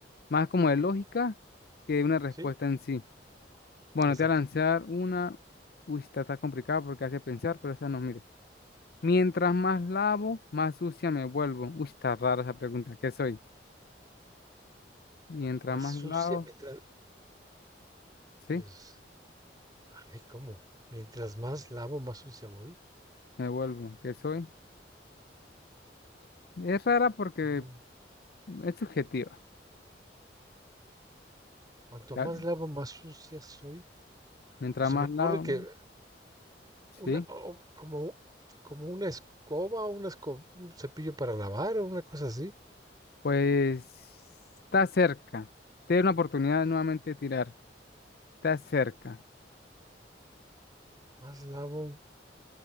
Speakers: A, on the left; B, on the right.
A: más como de lógica que de una respuesta
B: Sí,
A: en sí. Bueno,
B: exacto.
A: te voy a lanzar una. Uy, esta está complicada porque hace pensar, pero esa no, mire. Mientras más lavo, más sucia me vuelvo. Uy, está rara esa pregunta. ¿Qué soy? Mientras
B: Más
A: más
B: sucia,
A: lavo,
B: mientras, pues,
A: sí,
B: ay, ¿cómo? Mientras más lavo, más sucia voy.
A: me vuelvo. ¿Qué soy? Es rara porque
B: No.
A: es subjetiva.
B: Cuanto
A: ¿ya?
B: más lavo, más sucia soy.
A: Mientras
B: Pues se
A: más
B: me ocurre
A: lavo,
B: que una,
A: sí.
B: o como, como una escoba o una esco- un cepillo para lavar o una cosa así.
A: Pues está cerca. Te doy una oportunidad de nuevamente tirar. Está cerca.
B: Más lavo.